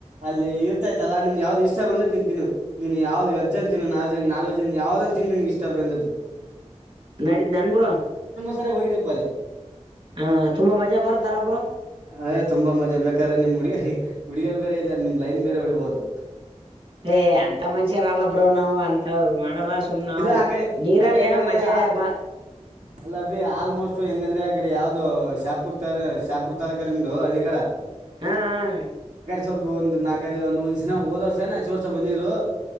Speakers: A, on the right; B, on the right.
A: ಅಲ್ಲಿ ಇರ್ತಾಯತಲ್ಲ ನಿಮ್ ಯಾವ್ದ ಇಷ್ಟ ಬಂದದ್ ನಿಂತತಿನಿ ನೀನ್ ಯಾವ್ದು ವಜ್ಜ ಅ ತಿ ನಾಲ್ ಜ ನಾಲಜ್ಜ ಯಾವ್ದ ಅಂತ ತಿನ್ ನಿನ್ಗೆ ಇಷ್ಟ ಬಂದ್ದು
B: ನಡಿದ ನನ್ಬ್ರ
A: ಸರಿ ಹೋಗಿದ್ದಿಪ್ಪ ಅಲ್ಲಿ
B: ಹಾ ತುಂಬಾ ಮಜಾ ಬರುತ್ತಲ್ಲಬ್ರು
A: ಅಯ್ ತುಂಬಾ ಮಜಾ ಬೇಕಾದ್ರೆ ನಿಮ್ ಹುಡುಗ ಹುಡುಗಿಯರು ಬೇರೆ ಇದಾರೆ ನಿಮ್ ಲೈನ್ ಬೇರೆ ಉಡ್ಬಹದು
B: ಏ ಅಂತ ಮನುಷ್ಯರ ಅಲ್ಲ ಬ್ರೋ ನಾವು ಅಂತವ್ರು ಮಾಡಲ್ಲ ಸುಮ್ ನಾವು
A: ಇಲ್ಲ ಆ ಕಡೆ
B: ನೀರಲ್ಲಿ
A: ಆ ಕಡೆ ಹೆಂಗಂದ್ರೆ
B: ಏನೋ ಮಜೆ
A: ಆ
B: ಬ
A: ಅಲ್ಲ ಬಿ ಆ ಆಲ್ಮೋಸ್ಟ್ ಹೆಂಗಂದ್ರೆ ಆ ಕಡೆ ಯಾವ್ದದು ಶಾಪುರ್ ತ ಶಾಪುರ್ ತಾಲೂಕಾ ನಿಮು ಹಳ್ಳಿ ಕಡ
B: ಹಾ ಹಾ
A: ಸ್ವಲ್ಪ ಒಂದು ನಾಲ್ಕದು ಒಂದ ಒಂದ್ ದಿನ ಹೋದ ವರ್ಷ ಹಚ್ಚ ವರ್ಷ ಬಂದಿದ್ರು